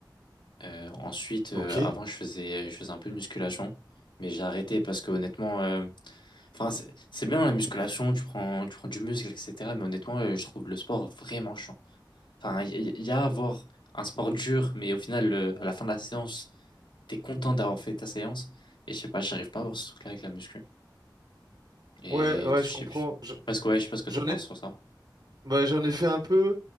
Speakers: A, on the left; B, on the right.
A: Euh, ensuite, euh,
B: Ok.
A: avant, je faisais, je faisais un peu de musculation, mais j'ai arrêté parce que honnêtement, euh, enfin, c'est c'est bien la musculation, tu prends, tu prends du muscle, etc. Mais honnêtement, euh, je trouve le sport vraiment chiant. Enfin, il y, y a à avoir un sport dur, mais au final, le- à la fin de la séance, t'es content d'avoir fait ta séance. Et je sais pas, j'arrive pas à avoir ce truc-là avec la muscu. Et
B: Ouais, ouais,
A: je
B: je
A: sais
B: comprends.
A: je sais
B: Je-
A: pas ce que, ouais, je sais pas ce que
B: J'en
A: t'en penses
B: ai,
A: sur ça.
B: bah, j'en ai fait un peu.